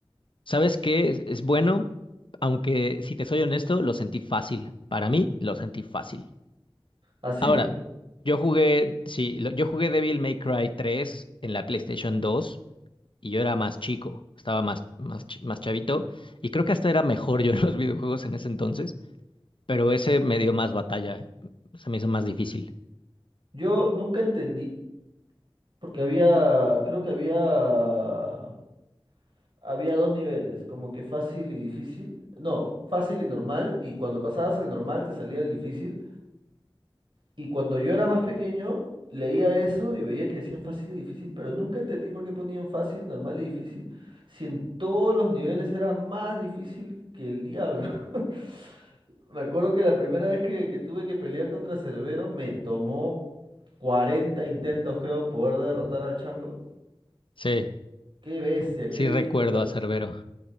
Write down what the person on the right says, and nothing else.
Así,
yo nunca entendí, porque había, creo que había... Había dos niveles, como que fácil y difícil. No, fácil y normal. Y cuando pasabas el normal te salía el difícil. Y cuando yo era más pequeño, leía eso y veía que decía fácil y difícil, pero nunca entendí por qué ponían fácil, normal y difícil, si en todos los niveles era más difícil que el diablo. <laughs> Me acuerdo que la primera vez que, que tuve que pelear contra Cerbero me tomó 40 intentos, creo, poder derrotar al chango.
Qué bestia, qué
dificultad.